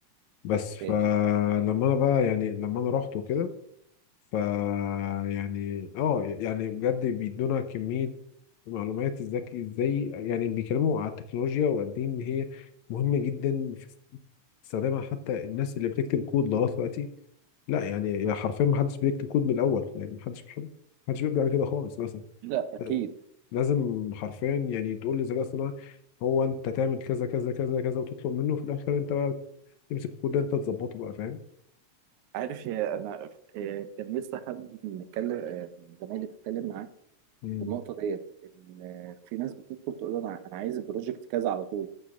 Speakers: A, on the left (about 75°); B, on the right (about 80°).
A: بس فلما
B: إيه.
A: انا بقى يعني لما انا رحت وكده ف يعني اه يعني بجد بيدونا كمية معلومات ازاي ازاي يعني بيتكلموا على التكنولوجيا وقد ايه ان هي مهمة جدا في استخدامها حتى الناس اللي بتكتب كود لغاية دلوقتي لا يعني حرفيا ما حدش بيكتب كود من الاول يعني ما حدش ما حدش بيبدأ من كده خالص مثلا
B: لا أكيد
A: لا، لازم حرفيا يعني تقول للذكاء الصناعي هو انت تعمل كذا كذا كذا كذا وتطلب منه في الاخر انت بقى تمسك الكود ده انت تظبطه بقى فاهم
B: عارف يا أنا إيه، كان لسه حد بنتكلم آه، من زمايلي بتكلم معاه
A: مم.
B: في النقطة ديت إن آه، في ناس بتدخل تقول أنا أنا عايز البروجكت كذا على طول